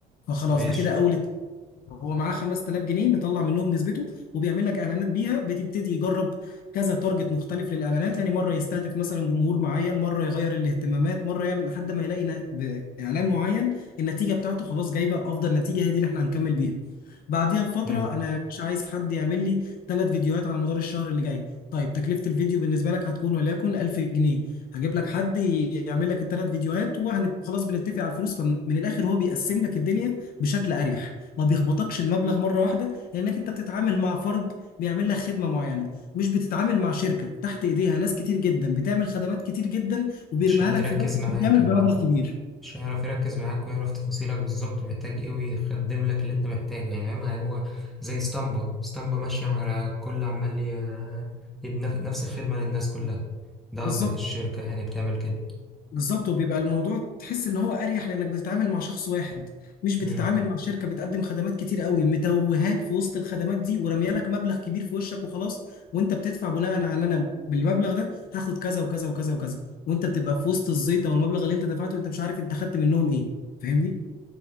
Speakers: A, on the left; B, in the centre.
A: فخلاص
B: ماشي
A: ده كده اول هو معاه 5000 جنيه مطلع منهم نسبته وبيعمل لك اعلانات بيها بتبتدي يجرب كذا تارجت مختلف للاعلانات يعني مره يستهدف مثلا جمهور معين مره يغير الاهتمامات مره يعمل لحد ما يلاقي ن- باعلان معين النتيجه بتاعته خلاص جايبه افضل نتيجه هي دي اللي احنا هنكمل بيها بعديها بفتره
B: حلو
A: انا مش عايز حد يعمل لي ثلاث فيديوهات على مدار الشهر اللي جاي طيب تكلفه الفيديو بالنسبه لك هتكون وليكن 1000 جنيه هجيب لك حد يعمل لك الثلاث فيديوهات وخلاص بنتفق على الفلوس فمن الاخر هو بيقسم لك الدنيا بشكل اريح ما بيخبطكش المبلغ مره واحده لانك انت بتتعامل مع فرد بيعمل لك خدمه معينه مش بتتعامل مع شركه تحت ايديها ناس كتير جدا بتعمل خدمات كتير جدا وبيرميها
B: مش هيركز
A: لك في باكج
B: معاك
A: كامل
B: يعني
A: بمبلغ كبير
B: مش هيعرف يركز معاك ويعرف تفاصيلك بالظبط محتاج ايه ويخدم لك اللي انت محتاجه يعني فاهم هو زي اسطمبة اسطمبة ماشية على الكل عمال ي- يدي نف- نفس الخدمة للناس كلها ده
A: بالظبط
B: قصدك الشركة يعني بتعمل كده
A: بالظبط وبيبقى الموضوع تحس ان هو اريح لانك بتتعامل مع شخص واحد مش بتتعامل
B: امم
A: مع شركه بتقدم خدمات كتير قوي متوهاك في وسط الخدمات دي ورميه لك مبلغ كبير في وشك وخلاص وانت بتدفع بناء على ان انا بالمبلغ ده هاخد كذا وكذا وكذا وكذا وانت بتبقى في وسط الزيطه والمبلغ اللي انت دفعته انت مش عارف انت خدت منهم ايه فاهمني